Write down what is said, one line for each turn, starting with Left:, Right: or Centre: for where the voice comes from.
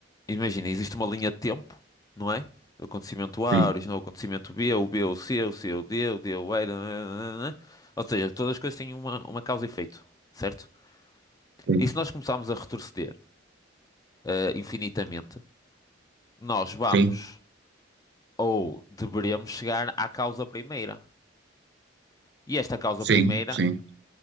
Left: Imagina, existe uma linha de tempo, não é? Do acontecimento A
Right: Sim,
Left: originou o acontecimento B, o B o C, o C o D, o D o E, nananana. Ou seja, todas as coisas têm uma, uma causa e efeito, certo?
Right: sim,
Left: E se nós começarmos a retroceder eh, infinitamente, nós vamos
Right: sim,
Left: ou deveremos chegar à causa primeira. E esta causa
Right: sim,
Left: primeira
Right: sim,